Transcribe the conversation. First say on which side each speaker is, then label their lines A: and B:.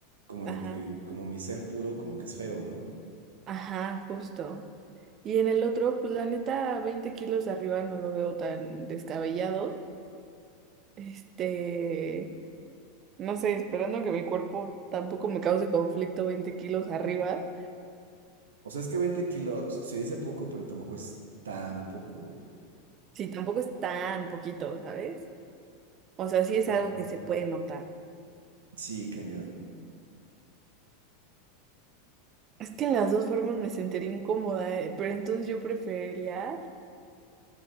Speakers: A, on the right; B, on the right.
A: como
B: ajá,
A: de que, como mi ser puro, como que es feo, ¿no?
B: ajá, justo. Y en el otro, pues la neta, 20 kilos arriba no lo veo tan descabellado. Este, no sé, esperando que mi cuerpo tampoco me cause conflicto 20 kilos arriba,
A: O sea, es que 20 kilos se dice poco, pero tampoco es tan poco, güey.
B: sí, tampoco es tan poquito, ¿sabes? O sea, sí es
A: Ajá.
B: algo que se puede notar.
A: Sí, cañón.
B: Es que en las dos formas me sentiría incómoda, eh, pero entonces yo preferiría...